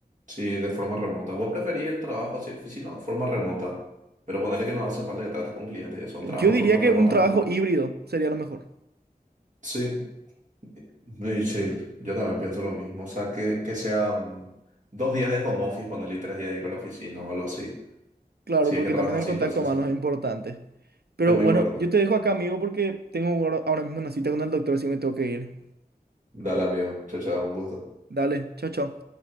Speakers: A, on the right (about 50°); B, on the right (about 85°).
A: Sí, de forma remota. ¿Vos preferís el trabajo así, oficina, o forma remota? Pero ponerle que no hace falta que trates con clientes y eso, un
B: Yo
A: trabajo de
B: diría
A: forma remota
B: que un trabajo
A: normal.
B: híbrido sería lo mejor,
A: Sí, y sí, yo también pienso lo mismo. O sea, que, que sean dos días de home office, ponerle y tres días de ir a la oficina o algo así.
B: claro,
A: Si es
B: porque
A: que trabajas
B: también el
A: cinco
B: contacto
A: veces a la
B: humano
A: semana.
B: es importante. Pero
A: Es muy
B: bueno,
A: importante.
B: yo te dejo acá, amigo, porque tengo ahora ahora mismo una cita con el doctor, así me tengo que ir.
A: Dale, amigo. Chao, chao, un gusto.
B: Dale, chao, chao.